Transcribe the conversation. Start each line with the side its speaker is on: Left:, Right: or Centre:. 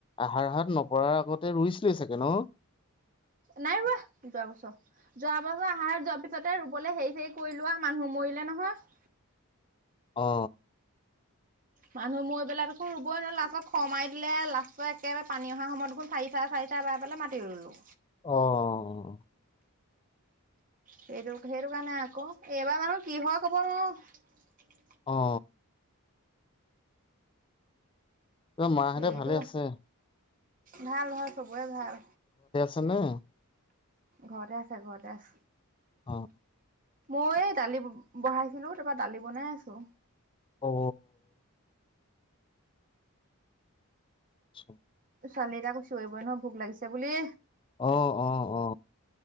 Left: আহাৰ হাট নপৰাৰ আগতে ৰুইছিল চাগে ন।
Right: নাই ৰোৱা যোৱা বছৰ যোৱা বছৰ আহাৰ যোৱাৰ পিছতে ৰুবলৈ হেৰি চৰি কৰি লোৱা মানুহ মৰিলে নহয়।
Left: অ
Right: মানুহ মৰি পেলাই দেখোন ৰুবই নোৱাৰো লাষ্টত খৰমাই দিলে লাষ্টত একেবাৰে পানী অহা সময়ত দেখোন চাৰি চাৰে চাৰি চাৰ বাৰ পেলাই মাতি ৰুলো।
Left: অ-অ
Right: সেইটো-সেইটো কাৰণে আকৌ এইবাৰ জানো কি হয় কব নোৱাৰো
Left: অ মাহঁতে
Right: সেইটো
Left: ভালে আছে।
Right: ভাল হয় চব, খুবেই ভাল।
Left: <unintelligible>
Right: ঘৰতে আছে, ঘৰতে আছ
Left: অ
Right: মই এই দালি বহাইছিলো তাৰপৰা দালি বনাই আছো।
Left: অ <inaudible>
Right: ছোৱালী একো চিৰিবই নহয় ভোক লাগিছে বুলি।
Left: অ অ অ